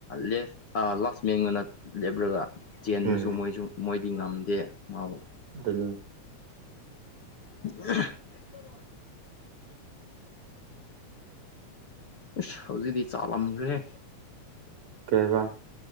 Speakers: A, on the left; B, on the right.
A: ꯂ ꯂꯥꯁ ꯃꯡꯕꯅ ꯂꯦꯞꯂꯒ ꯆꯦꯟꯕꯁꯨ
B: ꯎꯝ
A: ꯃꯣꯏꯁꯨ ꯃꯣꯏꯗꯤ ꯉꯝꯗꯦ ꯃꯥꯕꯨ
B: ꯑꯗꯨꯅꯤ
A: <unintelligible> ꯏꯁꯁ ꯍꯧꯖꯤꯛꯇꯤ ꯆꯥꯂꯝꯈ꯭ꯔꯦ
B: ꯑꯣꯏꯕ